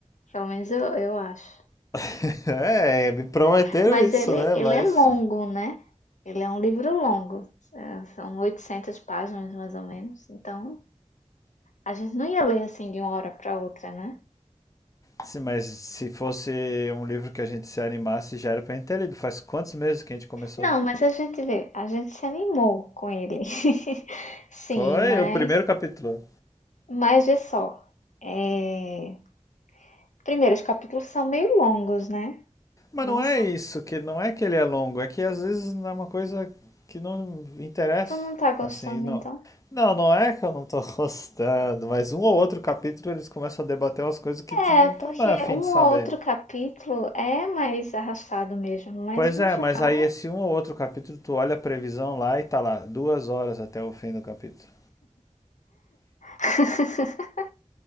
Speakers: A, on the left; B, on the left.
A: Pelo menos eu, eu acho.
B: <laughs> É, me prometeram
A: Mas
B: isso,
A: ele,
B: né?
A: ele
B: Mas
A: é longo, né? Ele é um livro longo. É, São 800 páginas, mais ou menos. Então, a gente não ia ler assim de uma hora para outra, né?
B: Sim, mas se fosse um livro que a gente se animasse, já era pra gente ter lido. Faz quantos meses que a gente começou?
A: Não, mas a gente vê, a gente se animou com ele. <laughs> Sim,
B: Foi
A: mas,
B: o primeiro capítulo.
A: mas vê só. É... Primeiro, os capítulos são meio longos, né?
B: Mas
A: Não
B: não é
A: são.
B: isso, que não é que ele é longo, é que às vezes não é uma coisa que não interessa.
A: Tu não tá gostando,
B: Assim, não.
A: então?
B: Não, não é que eu não tô <laughs> gostando, mas um ou outro capítulo eles começam a debater umas coisas que
A: É,
B: tu não
A: porque
B: tá mais a fim
A: um
B: de saber.
A: ou outro capítulo é mais arrastado mesmo, mas
B: Pois
A: no
B: é,
A: geral.
B: mas aí esse um ou outro capítulo, tu olha a previsão lá e tá lá, duas horas até o fim do capítulo.
A: <laughs>